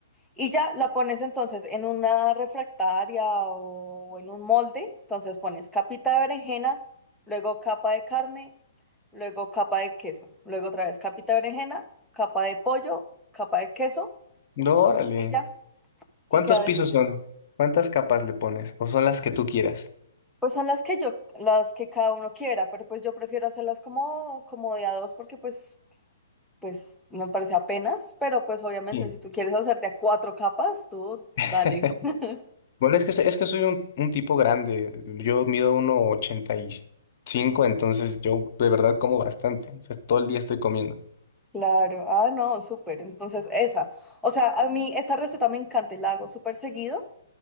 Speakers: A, in the centre; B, on the left.
A: Y ya la pones entonces en una refractaria o en un molde. Entonces pones capita de berenjena, luego capa de carne, luego capa de queso, luego otra vez capita de berenjena, capa de pollo, capa de queso
B: No, órale.
A: y ya.
B: ¿Cuántos
A: Y queda
B: pisos
A: delicioso.
B: son? ¿Cuántas capas le pones? ¿O son las que tú quieras?
A: Pues son las que yo, las que cada uno quiera, pero pues yo prefiero hacerlas como, como de a dos porque pues pues me parece apenas, pero pues obviamente
B: Sí.
A: si tú quieres hacerte a cuatro capas, tú
B: <laughs>
A: dale. <laughs>
B: Bueno, es que, so- es que soy un, un tipo grande. Yo mido uno ochenta y cinco entonces yo de verdad como bastante. O sea, todo el día estoy comiendo.
A: Claro, ah, no, súper. Entonces, esa. O sea, a mí esa receta me encanta y la hago súper seguido